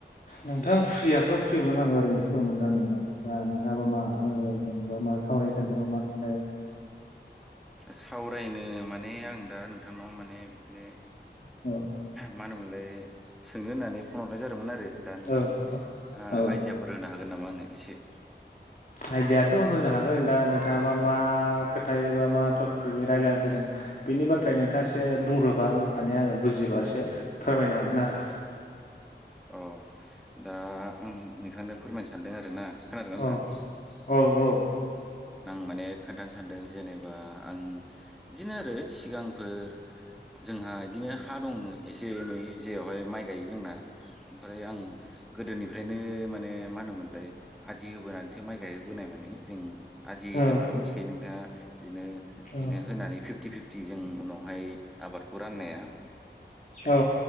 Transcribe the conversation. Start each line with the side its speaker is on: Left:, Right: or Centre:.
Left: नोंथां फ्रियाथ' फ्रिमोन आंओरैनोसो दंमोन दा नोंथां दा नोंथाङाबा मा आङो जेनबा मा सावरायनो सानदोंमोन मा खोथायाव
Centre: सावरायनो माने आं दा नोंथांनाव माने बिदिनो
Left: औ
Centre: मा होनोमोनलाय सोंनो होननानै फन हरनाय जादोंमोन आरो दा नोंथां
Left: औ औ
Centre: आइदियाफोर होनो हागोन नामा आनो एसे?
Left: आइदियाथ' होनो हागोन। दा नोंथाङाबा मा खोथाय बा मा टपिकयै रायजलायनो फैदों। बेनि बाथ्रा नोंथाङा एसे बुंग्रोबा माने आङो बुजिबासो फोरमायनो हागोन आरो।
Centre: अ दा आं नोंथांनो फोरमायनो सानदों आरोना खोनादोंना नोंथां?
Left: औ औ औ
Centre: आं माने खोन्थानो सानदों जेनेबा आं बिदिनो आरो सिगांफोर जोंहा इदिनो हा दं एसे एनै जेरावहाय माइ गायो जोंना ओमफ्राय आं गोदोनि फ्रायनो माने मा होनोमोनलाय आदि होबोनानैसो माइ गाय होबोनाय माने जों आदि
Left: औ
Centre: होननाथ' मिथिखायो नोंथाङा बिदिनो
Left: औ
Centre: बेनो होनानै फिफ्टि फिफ थिजों उनावहाय आबादखौ राननाया।
Left: औ